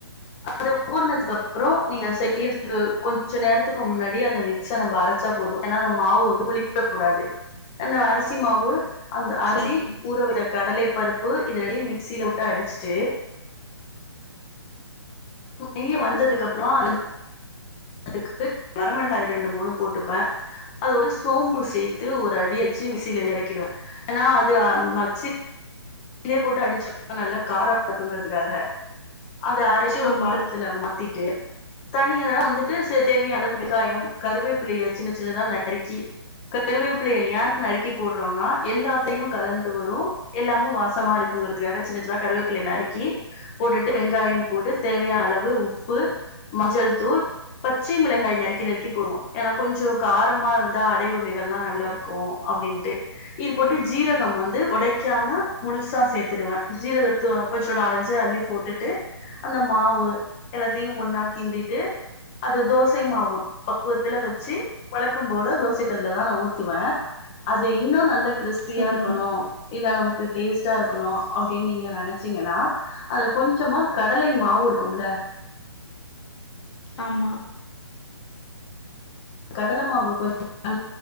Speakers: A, on the left; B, on the left.
A: அத ஊற்னதுக்கு அப்றோ நீங்க செய்யற்துக்கு கொஞ்ச நேரத்துக்கு முன்னாடி அந்த மிக்ஸ நம்ப அரச் சா போது ஏன்னா அந்த மாவு வந்து புளிக்க கூடாது அந்த அரிசி மாவு அந்த அரிசி
B: சரிங்க
A: ஊறவித்த கடலை பருப் பு இதுல‌ நீ மிக்சில போட்டு அடிச்ட்டு இய வந்ததுக்கு அப்றோ <inaudible> அதுக்கு வரமிளகாய் ரெண்டு மூணு போட்டுப்ப அத ஒரு சோம்பு சேத்து ஒரு அடி வச்சு மிசிலேருந்து எறக்கிடு வ ஏன்னா அது அ மக்சி கிலே போட்டு அடிச்சன்னா நல்ல கார இருக்குக்குங்குறதுக்காக அத அரச் சி ஒரு
B: ஆமா
A: பாதத்துல மாத்திட்டு தனியா வந்துட்டு சே தேவையான அளவு வெங்காயம் கருவேப்பிலய சின்ன சின்னதா நறுக்கி கருவேப்ல ய ஏ நறுக்கி போட்றோன்னா எல்லாத்தயு கலந்து வரு எல்லாமு வாஸ் சமாருக்குங்குறதுக்காக சின்ன சின்னதா கருவேப்லய நறுக்கி போட்டுட்டு வெங்காய போட்டு தேவையான அளவு உப்பு மஞ்சள் தூள் பச்சை மிளகாய் நறுக்கி நறுக்கி போடுவோ ஏன்னா கொஞ்சோ காரமா இருந்தா அடை வகைகள்ல்லா நல்லாருக் இருக்கும் அப்டின்ட்டு இது போட்டு ஜீரகம் வந்து ஒடைக்காம முழுசா சேத்துடுவே ஜீரகத்து கொஞ்சோ நாலஞ்சு அள்ளிப் போட்டுட்டு அந்த மாவு எல்லாத்தையு ஒன்னா கிண்டிட்டு அது தோசை மாவு பக்குவத்துல வச்சு வழக்கம் போல தோசை கல்ல தான் நா ஊத்துவே அது இன்னும் நல்ல கிரிஸ்பியா
B: சரிங்க
A: இருக்கணும் இல்ல நமக்கு டேஸ்ட்டா இருக்கணு அப்டின்னு நீங்க நெனைச்சீங்கன்னா அதுல கொஞ்சமா கடலை மாவு இருக்கும்ல
B: ஆம்மா
A: கடல மாவு கொஞ்சம்